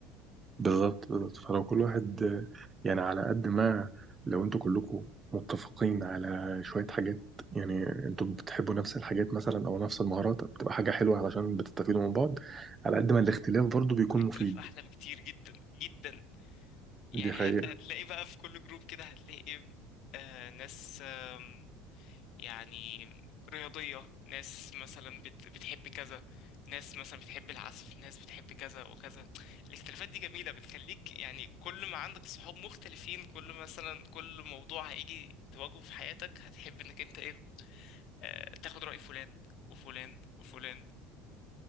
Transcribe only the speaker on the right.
بالظبط بالظبط فلو كل واحد آه، يعني على قد ما لو انتوا كلكم متفقين على شوية حاجات يعني انتوا بتحبوا نفس الحاجات مثلا او نفس المهارات بتبقى حاجة حلوة علشان بتستفيدوا من بعض على قد ما الاختلاف برضو بيكون
مفيد
دي حقيقة